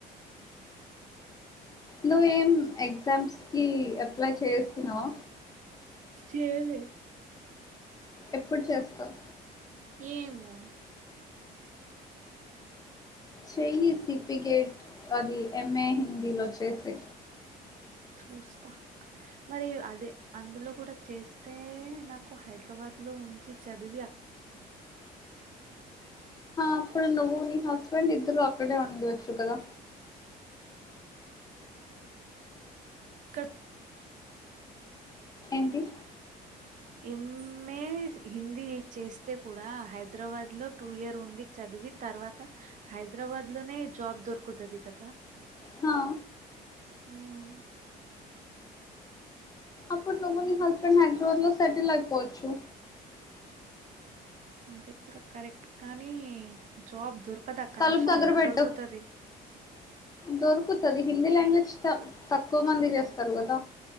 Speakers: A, on the left; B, on the right.
A: నువ్వేం ఎగ్జామ్స్ కి అప్లై చేసినవా
B: చేలే
A: ఎప్పుడు చేస్తావ్
B: ఏమో
A: చెయ్యి సిఫికేట్ అది ఎంఏ హిందీలో చేసే
B: చూస్తా మరి అదే అందులో కూడా చేస్తే నాకు హైదరాబాద్ లో ఉంచి చదివి అ
A: అప్పుడ నువ్వు నీ హస్బెండ్ ఇద్దరు అక్కడే ఉండచ్చు కదా
B: క
A: ఏంటి
B: ఎమ్ ఎ హిందీ చేస్తే కూడా హైదరాబాద్ లో టూ ఇయర్ ఉండి చదివి తర్వాత హైదరాబాద్ లోనే జాబ్ దొరుకుతుది కదా
A: హా
B: మ్
A: అప్పుడు నువ్వు ని హస్బెండ్ హైదరాబాద్ లో సెటీలో అయిపోవచ్చు
B: అది కూడా కరెక్ట్ కానీ జాబ్ దొరక కదా కన్ఫర్మ్
A: తలుపు దగ్గర పెట్టు
B: దొరుకుతది
A: దొరుకుతది హిందీ లాంగ్వేజ్ త తక్కువ మంది చేస్తారు కదా